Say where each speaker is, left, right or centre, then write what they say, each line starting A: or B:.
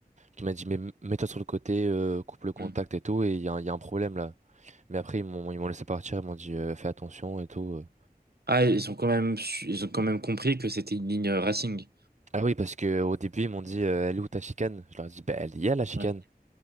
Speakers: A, on the right; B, on the right.
A: qui m'a dit, mais m- mets-toi sur le côté, euh, coupe le contact
B: Hmm.
A: et tout, et il y a, un- il y a un problème là. Mais après, ils m'ont, ils m'ont laissé partir, ils m'ont dit, euh, fais attention et tout. euh.
B: Ah, ils ont quand même, su- ils ont quand même compris que c'était une ligne euh, racing.
A: Ah oui, parce que au début, ils m'ont dit, euh, elle est où ta chicane? Je leur ai dit, bah, elle y a la chicane.
B: Ouais.